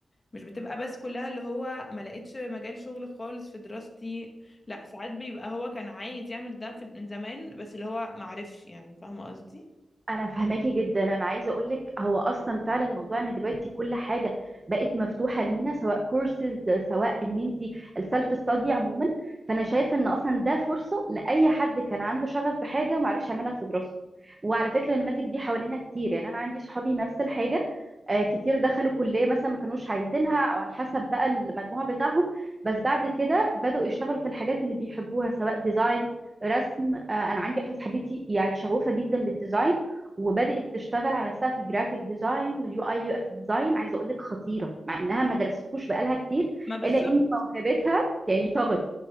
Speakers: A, on the left; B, on the right.
A: مش بتبقى بس كلها اللي هو ما لقيتش مجال شغل خالص في دراستي لا ساعات بيبقى هو كان عايز يعمل ده في من زمان بس اللي هو ما عرفش يعني فاهمه قصدي
B: انا فهماكي جدا انا عايزه اقول لك هو اصلا فعلا موضوع ان دلوقتي كل حاجه بقت مفتوحه لينا سواء كورسز سواء ان انت السيلف ستادي عموما فانا شايفه ان اصلا ده فرصه لاي حد كان عنده شغف بحاجه وما عرفش يعملها في دراسته وعلى فكره النماذج دي حوالينا كتير يعني انا عندي صحابي نفس الحاجه آه، كتير دخلوا كليه مثلا ما كانوش عايزينها او على حسب بقى المجموع بتاعهم بس بعد كده بداوا يشتغلوا في الحاجات اللي بيحبوها سواء ديزاين رسم آه، انا عندي واحده صاحبتي يعني شغوفه جدا بالديزاين وبدأت تشتغل على نفسها في الجرافيك ديزاين واليو اي يو اكس ديزاين عايزه اقول لك خطيره مع انها ما درستهوش بقالها كتير
A: ما بالظبط
B: الا ان موهبتها يعني طغت